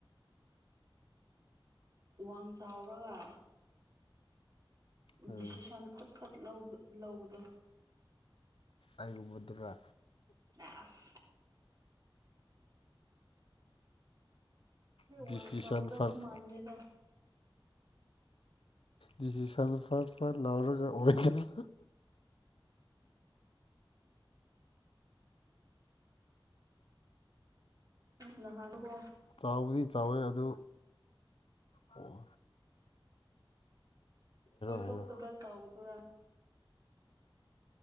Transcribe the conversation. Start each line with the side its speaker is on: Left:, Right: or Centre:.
Right: ꯋꯥꯡ ꯆꯥꯎꯔꯒ
Left: ꯎꯝ
Right: ꯗꯤꯁꯤꯁꯟ ꯐꯠ ꯐꯠ ꯂꯧꯕꯗꯣ
Left: ꯑꯩꯒꯨꯝꯕꯗꯨꯔ
Right: ꯑꯁ
Left: ꯗꯤꯁꯤꯁꯟ
Right: ꯃꯥꯟꯁꯧꯒꯗꯕ
Left: ꯐꯔ
Right: ꯃꯟꯖꯦꯗ
Left: ꯗꯤꯁꯤꯁꯟ ꯐꯥꯠ ꯄꯥꯠ ꯂꯥꯎꯔꯒ ꯑꯣꯏꯒꯅꯤ
Right: ꯅꯍꯥꯟꯗ ꯀꯣ
Left: ꯆꯥꯎꯕꯨꯗꯤ ꯆꯥꯎꯋꯦ ꯑꯗꯨ ꯑꯣ
Right: ꯑꯣꯏꯣꯏ
Left: ꯍꯥꯏꯔꯣ
Right: ꯊꯣꯛꯣꯛꯇꯕ꯭ꯔ ꯆꯥꯎꯕꯗꯨꯔꯥ